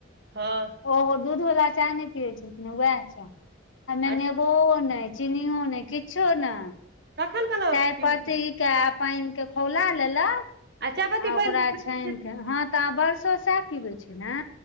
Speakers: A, on the right; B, on the left.
A: हँ
B: ओहो दूध वाला चाय ने पियए छलखिन वएह चाय ओहमे
A: आ
B: नेबो ने चिनीओ नय किछु ने
A: तखन केना
B: चाय
A: पीबै
B: पत्ती
A: छी
B: के पाइन के खौला लेलक
A: चायपत्ती
B: आ ओकरा
A: पानि
B: छान केे हँ तऽ आ बरसो सएह पिबै छै न